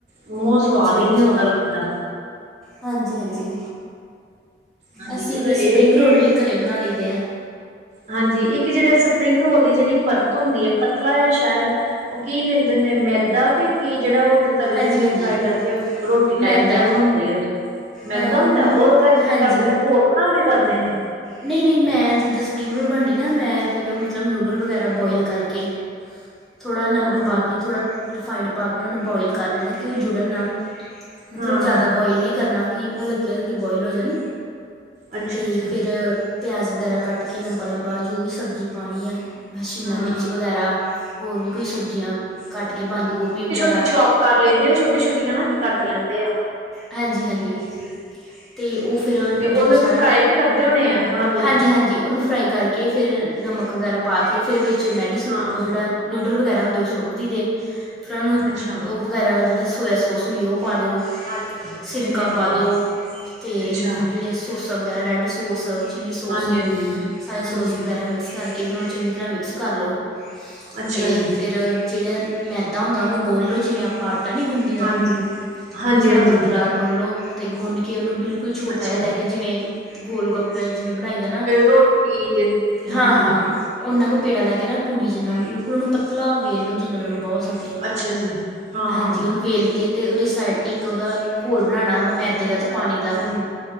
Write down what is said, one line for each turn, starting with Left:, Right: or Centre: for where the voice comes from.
Right: ਮੂੰਹ ਸਵਾਦ
Centre: ਅੱਛਾ-ਅੱਛਾ,
Right: ਹੀ ਨੀ ਉਹਦਾ ਲੱਗਦਾ
Centre: ਹਾਂਜੀ-ਹਾਂਜੀ।
Right: ਹਾਂਜੀ
Centre: ਅਸੀਂ
Right: ਚਲੋ
Centre: ਤੇ
Right: ਇਹ
Centre: ਸਪਰਿੰਗ
Right: ਕਿ
Centre: ਰੋਲ ਵੀ ਘਰੇ ਬਣਾ ਲਈਦੇ ਹ।
Right: ਹਾਂਜੀ, ਇੱਕ ਜਿਹੜਾ ਸਪਰਿੰਗ ਰੋਲ ਦੀ ਜਿਹੜੀ ਪਰਤ ਹੁੰਦੀ ਐ ਪਤਲਾ ਜਾ ਸ਼ਾਇਦ ਉਹ ਕੀ ਲੈਂਦੇ ਹੁੰਦੇ ਮੈਦਾ ਕੇ ਕੀ ਜਿਹੜਾ ਉਹ ਤਵੇ
Centre: ਹਾਂਜੀ
Right: ਦੇ ਉੱਤੇ
Centre: ਹਾਂਜੀ
Right: ਫਰਾਈ ਕਰਕੇ ਰੋਟੀ
Centre: ਮੈਦਾ
Right: ਟਾਈਪ ਜਿਹਾ ਬਣਾਉਂਦੇ ਆ। ਮੈਦਾ
Centre: ਅਮ,
Right: ਹੁੰਦਾ, ਉਹਦਾ ਕੀ
Centre: ਹਾਂਜੀ
Right: ਕਰਦੇ ਨੇ ਕੋਲ ਬਣਾ ਕੇ ਕਰਦੇ ਨੇ?
Centre: ਨਹੀਂ ਨਹੀਂ ਮੈਂ ਜਿੱਦਾਂ ਸਕਿੰਨ ਰੋਲ ਬਣਨੀ ਨਾ ਮੈਂ ਪਹਿਲਾਂ ਮਤਲਬ ਨੂਡਲ ਵਗੈਰਾ ਬੋਇਲ ਕਰ ਕਰਕੇ ਥੋੜ੍ਹਾ ਨਮਕ
Right: ਹਾਂਜੀ
Centre: ਪਾ ਕੇ। ਥੋੜ੍ਹਾ ਰਿਫਾਈੰਡ ਪਾ ਕੇ ਉਹਨਾਂ ਨੂੰ ਬੁਆਇਲ ਕਰ ਲੈਣਾ ਕਿ ਓ ਜੁੜਨ ਨਾ। ਮਤਲਬ
Right: ਹਾਂ
Centre: ਜ਼ਦਾ ਬੋਈਲ ਨਹੀਂ ਕਰਨਾ ਕਿ ਹਲਕੇ ਹਲਕੇ ਬੋਈਲ ਹੋ ਜਾਣ।
Right: ਅੱਛਾ
Centre: ਤੇ
Right: ਅੱਛਾ
Centre: ਫੇਰ ਪਿਆਜ਼ ਵਗੈਰਾ ਕੱਟ ਕੇ ਲੰਬਾ ਲੰਬਾ ਜੋ ਵੀ ਸਬਜ਼ੀ ਪਾਣੀ ਆ। ਬਸ ਸ਼ਿਮਲਾ
Right: ਹਾਂ
Centre: ਮਿਰਚ ਵਗੈਰਾ ਹੋਰ ਵੀ ਕੋਈ ਸਬਜ਼ੀਆਂ ਕੱਟ ਕੇ ਬੰਦ ਗੋਭੀ ਵਗੈਰਾ।
Right: ਟੀ ਚੋਪ ਕਰ ਲਯੀ ਦੀ ਆ ਛੋਟੀ ਛੋਟੀ ਹੇਨਾ ਕੱਟ ਲੈਂਦੇ ਆ।
Centre: ਹਾਂਜੀ-ਹਾਂਜੀ।
Right: ਠੀਕ ਹੈ,
Centre: ਤੇ ਉਹ ਫੇਰ
Right: ਤੇ
Centre: ਜਦੋਂ
Right: ਉਹਨੂੰ
Centre: ਸਾਰਾ,
Right: ਫਿਰ ਫਰਾਈ ਵੀ ਕਰਦੇ ਹੋਣੇ ਆ ਥੋੜਾ ਬਹੁਤ
Centre: ਹਾਂਜੀ। ਹਾਂਜੀ, ਉਹਨੂੰ ਫਰਾਈ ਕਰਕੇ ਫੇਰ ਨਮਕ ਵਗੈਰਾ ਪਾ ਕੇ ਫੇਰ ਵਿੱਚ ਮੈਗੀ ਸੂ
Right: ਹਾਂ
Centre: ਉਹ ਜਿਹੜਾ ਨੁਡਲ ਵਗੈਰਾ ਹੁੰਦੇ ਉਹ ਸੁੱਟਦੀ ਦੇ ਫੇਰ ਉਹਨੂੰ
Right: ਅੱਛਾ
Centre: ਉਹ ਵਗੈਰਾ ਜਿਹੜਾ ਸੋਇਆ ਸੋਸ ਹੁੰਦੀ ਉਹ ਪਾ ਦੋ। ਸਿਰਕਾ
Right: ਹਾਂਜੀ ਹਾਂਜੀ ਹਾਂਜੀ
Centre: ਪਾ ਦੋ, ਤੇ
Right: ਅੱਛਾ
Centre: ਮਤਲਬ ਜਿਹੜੀਆਂ ਸੋਸਾ ਵਗੈਰਾ ਰੈੱਡ ਸੋਸ ਚਿੱਲੀ ਸੋਸ
Right: ਹਾਂਜੀ ਹਾਂਜੀ
Centre: ਸਾਰੇ
Right: ਹਮ
Centre: ਸੋਸ ਵੇਗੇਰਾ ਮਿਕਸ ਕਰਕੇ ਫੇਰ ਉਹਨੂੰ ਚੰਗੀ ਤਰ੍ਹਾਂ ਮਿਕਸ ਕਰ ਲੋ
Right: ਅੱਛਾ
Centre: ਤੇ
Right: ਜੀ,
Centre: ਫੇਰ ਜਿਹੜੇ ਮੈਦਾ ਹੁੰਦਾ ਉਹਨੂੰ ਗੁਣ ਲੋ ਜਿਵੇਂ ਆਪਾਂ ਆਟਾ ਨੀ ਗੁਣੀ ਦਾ
Right: ਹਾਂਜੀ, ਹਾਂਜੀ-ਹਾਂਜੀ,
Centre: ਉਹਨੂੰ ਥੋੜ੍ਹਾ ਪੱਤਲਾ ਗੁੰਨ ਲੋ, ਤੇ ਗੁੰਨ ਕੇ ਉਹਨੂੰ ਬਿਲਕੁਲ ਛੋਟਾ
Right: ਅੱਛਾ,
Centre: ਜਿਹਾ ਲੈ ਕੇ ਜਿਵੇਂ ਗੋਲ ਗੱਪ ਜਿਵੇਂ ਬਣਾਈ ਦਾ ਨਾ,
Right: ਰੋਟੀ ਜ
Centre: ਹਾਂ-ਹਾਂ।
Right: ਹਾਂਜੀ,
Centre: ਓਨਾ ਕੁ ਪੇੜਾ ਲੈ ਕੇ ਨਾ ਪੁੜੀ ਜਿੰਨਾ ਬਿਲਕੁਲ ਉਹਨੂੰ ਪਤਲਾ ਵੇਲੋ ਜਿਨਾ ਲੰ ਬਾ ਸਕੇ,
Right: ਅੱਛਾ ਜੀ, ਹਾਂ-ਹਾਂ,
Centre: ਹਾਂਜੀ ਉਹਨੂੰ ਵੇਲ ਕੇ ਤੇ ਉਹਦੀ ਸਾਈਡ ਇਕ ਉਹਦਾ ਕੋਲ ਬਣਾਣਾ ਵਾ ਮੈਦੇ ਦਾ ਤਾ ਪਾਣੀ ਦਾ
Right: ਹਾਂਜੀ,